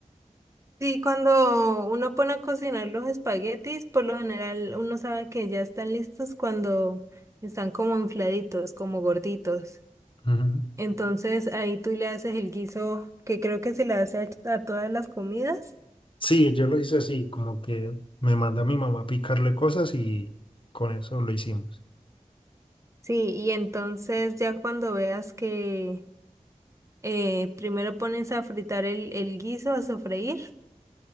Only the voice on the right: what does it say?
Sí, cuando uno pone a cocinar los espaguetis, por lo general uno sabe que ya están listos cuando están como infladitos, como gorditos.
Entonces ahí tú le haces el guiso que creo que se le hace a, a todas las comidas.
Sí, y entonces ya cuando veas que eh, primero pones a fritar el, el guiso, a sofreír,